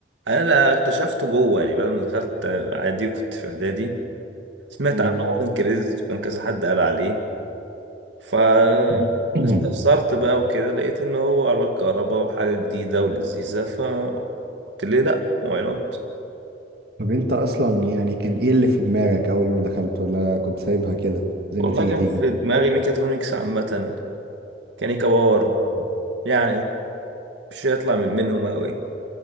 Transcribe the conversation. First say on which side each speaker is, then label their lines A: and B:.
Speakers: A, on the right; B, on the right.
A: انا لا اكتشفته جوه يعني بعد ما دخلت عادي وكنت في اعدادي سمعت
B: مم.
A: عنه وكان كريز وكان كذا حد قال عليه ف
B: <clears throat>
A: استفسرت
B: <coughs>
A: بقى وكده لقيت ان هو عربيات كهرباء وحاجه جديده ولذيذه ف قلت ليه لا واي نوت
B: طب انت اصلا يعني كان ايه اللي في دماغك اول ما دخلت ولا كنت سايبها كده زي
A: والله
B: ما تيجي
A: كان
B: تيجي
A: في دماغي ميكاترونكس عامه كانيكا باور
B: اه
A: يعني مش هيطلع من منهم قوي